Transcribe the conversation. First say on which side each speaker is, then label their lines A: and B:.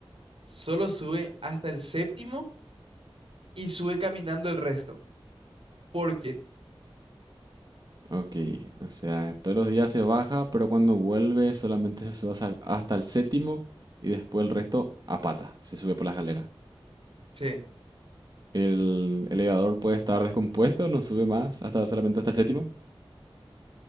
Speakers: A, on the right; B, on the right.
A: Solo sube hasta el séptimo y sube caminando el resto. ¿Por qué?
B: ok. O sea, todos los días se baja, pero cuando vuelve solamente se sube hasta el hasta el séptimo y después el resto a pata, se sube por la escalera.
A: Sí,
B: El elevador puede estar descompuesto, no sube más, hasta solamente hasta el séptimo.